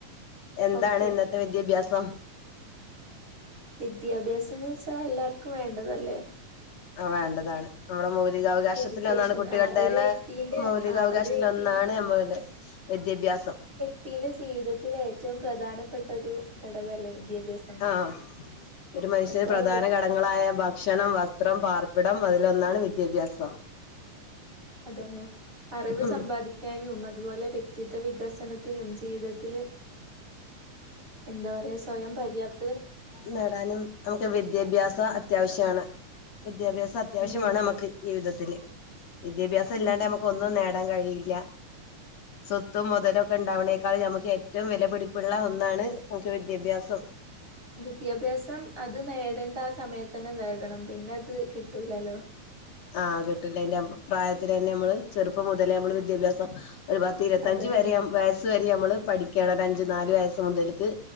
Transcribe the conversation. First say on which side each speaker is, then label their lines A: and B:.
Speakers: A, on the left; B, on the right.
A: എന്താണ്
B: ഓക്കെ
A: ഇന്ന വിദ്യാഭ്യാസം
B: വിദ്യാഭ്യാസം ന്ന് വെച്ചാൽ എല്ലാർക്കും വേണ്ടതല്ലേ
A: ആ വേണ്ടതാണ് നമ്മുടെ മൗലികാവകാശത്തിലെന്നാണ്
B: എഡ്യൂക്കേഷൻ
A: കുട്ടികളുടെതന്നെ
B: ആഹ് ഒരു വ്യക്തിന്റെ
A: മൗലികാവകാശത്തിലെന്നാണ്
B: ആഹ് ഒരു വ്യക്തിന്റെ
A: നമ്മളുടെ വിദ്യാഭ്യാസം
B: ക്തിയിലെ ജീവിതത്തിലെ ഏറ്റവും പ്രധാനപ്പെട്ട ഒരു ഘടകല്ലേ വിദ്യാഭ്യാസം
A: ആഹ് ഒരു മനുഷ്യന്
B: അപ്പൊ
A: പ്രധാനഘട
B: വ്യക്
A: കങ്ങളായ ഭക്ഷണം വസ്ത്രം പാർപ്പിടം അതിലൊന്നാണ് വിദ്യാഭ്യാസം
B: അതന്നെ അറിവ്
A: ഉം
B: സമ്പാദി ക്കാനും അതുപോലെ വ്യക്തിത്വ വികസനത്തിനും ജീവിതത്തില് എന്താ പറയാ സ്വയം പര്യാപ്ത
A: നേടാനും നമുക്ക് വിദ്യാഭ്യാസം അത്യാവശ്യാണ് വിദ്യാഭ്യാസം അത്യാവശ്യം
B: ഉം
A: വേണം നമ്മക്ക് ജീവിതത്തില് വിദ്യാഭ്യാസം
B: ഉം
A: ഇല്ലാണ്ട് നമുക്ക് ഒന്നും നേടൻ നേടാൻ കഴിയില്ല.
B: <inaudible>
A: സ്വത്തും മൊതലും ഒക്കെ ഇണ്ടാവ്ണേക്കാൾ നമുക്ക് ഏറ്റവും വിലപിടിപ്പുള്ള ഒന്നാണ് നമുക്ക് വിദ്യാഭ്യാസം.
B: വിദ്യാഭ്യാസം അത് നേടേണ്ട ആ സമയത്ത് തന്നെ നേടണം പിന്നെ അത് കിട്ടൂലല്ലോ.
A: ആഹ് കിട്ടില്ല എന്റെ അഭിപ്രായ പ്രായത്തി തന്നെ നമ്മള് ചെറുപ്പം മുതലേ നമ്മള് വിദ്യാഭ്യാസം ഒരുപ പത്ത് ഇര്പത്തഞ്ച്‌വരെ
B: അതന്നെ
A: വയസ് വരെ നമ്മള് പഠിക്കണം ഒരു അഞ്ചു നാല് വയസ്സ് മുതല്ക്ക്.